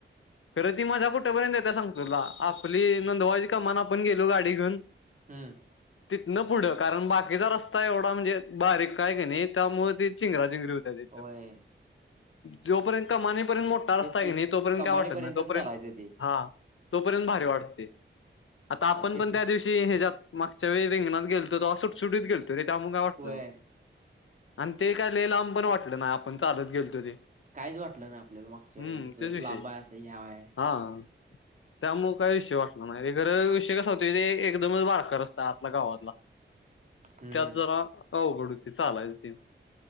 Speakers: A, on the left (about 85°); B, on the right (about 40°).
A: खरं ती माझा कुठेपर्यंतता सांग तुला आपली नोंदवायची कामान आपण गेलो गाडी घेऊन.
B: हम्म.
A: तिथनं पुढं कारण बाकीचा एवढा म्हणजे बारीक काय नाही त्यामुळे ते. चिंगराजिंगरी होत्या तथ
B: होय.
A: त्योपर्यंत कमानी व असता
B: तेच
A: की नाही तोपर्यंत
B: कमानीपर्यंतच
A: काय वाटत नाही तोपर्यंत
B: करायचं ते
A: हा. तोपर्यंत भारी वाटते आता
B: आणि
A: आपण
B: ते
A: पण त्या दिवशी ह्याच्यात मागच्या वेळी रिंगणात गेलो. सुटीत गेलतो त्यामु वाटलं
B: होय
A: आणि ते कायिलं पण वाट. आपण चालच ते.
B: काहीच वाटलं ना आपल्याला मागच्या
A: हम्म
B: वेळी तसं
A: तेच विषय
B: लांबबा असं ह्यावाय.
A: हा. त्यामुळे काही विषय वाटणार नाही र खर विषय कसा होत ते एकदमच बारकर रस्ताये आपल्या गावातला
B: हम्
A: त्यात
B: हम्
A: जरा अवघड होती चालायच तेन.